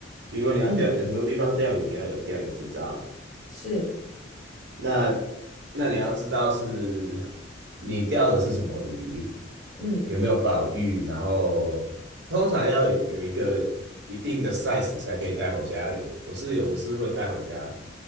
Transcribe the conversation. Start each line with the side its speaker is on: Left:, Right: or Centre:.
Right: 因为你要钓，
Left: 嗯，
Right: 有很多地方钓鱼你要有钓鱼执照，
Left: 是，
Right: 那那你要知道是你钓的是什么鱼。
Left: 嗯，
Right: 有没有保育，然后通常要有一个一定的 size 才可以带回家。有我是有的是会带回家，